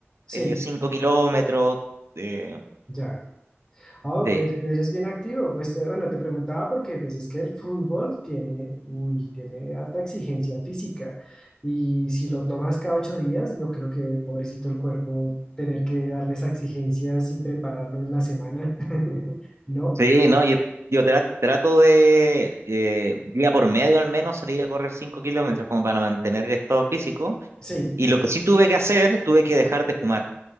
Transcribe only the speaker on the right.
eh, cinco kilómetros. eh,
sí,
sí, no, yo, yo tra- trato de eh, día por medio al menos salir a correr cinco kilómetros como para mantener el estado físico.
Y lo que sí tuve que hacer, tuve que dejar de fumar.